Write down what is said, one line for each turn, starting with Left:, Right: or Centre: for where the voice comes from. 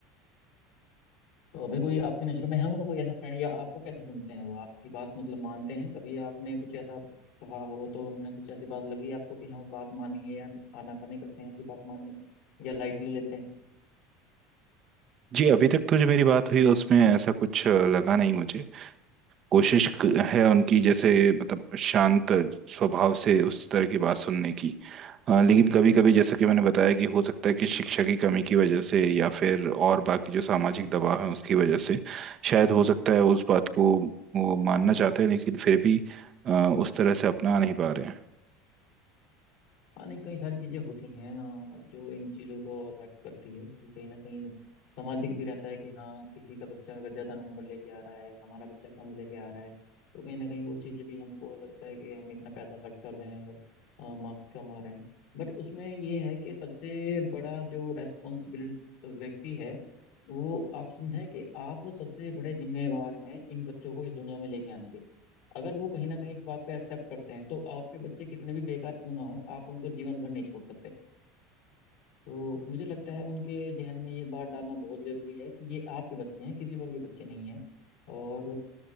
Left: तो अभी कोई आपकी नज़र में है उनका कोई ऐसा फ्रेंड या आपको कैसे सुनते हैं वो आपकी बात मतलब मानते हैं कभी आपने कुछ ऐसा कहा हो तो उन्होंने कुछ ऐसी बात लगी आपको कि हाँ वो बात मानी है या आनाकानी करते हैं आपकी बात मानने में या लाइटली लेते हैं
Right: जी अभी तक तो जो मेरी बात हुई उसमें ऐसा कुछ अ, लगा नहीं मुझे कोशिश
Left: जी
Right: क- है उनकी जैसे मतलब शांत स्वभाव से उस तरह की बात सुनने की अ, लेकिन कभी कभी जैसा कि मैंने बताया कि हो सकता है कि शिक्षा की कमी की वजह से या फिर और बाकी जो सामाजिक दबाव है उसकी वजह से शायद हो सकता है उस बात को वो मानना चाहते हैं लेकिन फिर भी अ, उस तरह से अपना नहीं पा रहे हैं
Left: हाँ नहीं कई सारी चीजें होती हैं अ, जो इन चीजों को अफेक्ट करती है कि कहीं ना कहीं सामाजिक भी रहता है कि हाँ किसी का बच्चा अगर ज्यादा नंबर लेके आ रहा है हमारा बच्चा कम लेके आ रहा है तो कहीं ना कहीं वो चीजें भी हमको लगता है कि हम इतना पैसा खर्च कर रहे हैं और मार्क्स कम आ रहे हैं बट उसमें ये है कि सबसे बड़ा जो रेस्पॉन्सिबिल व्यक्ति है वो आप समझें कि आप सबसे बड़े जिम्मेवार हैं इन बच्चों को इस दुनिया में लेके आने के अगर वो कहीं ना कहीं इस बात को एक्सेप्ट करते हैं तो आपके बच्चे कितने भी बेकार क्यों ना हो आप उनको जीवन भर नहीं छोड़ सकते तो मुझे लगता है उनके जहन में ये बात डालना बहुत जरूरी है कि ये आपके बच्चे हैं किसी और के बच्चे नहीं हैं और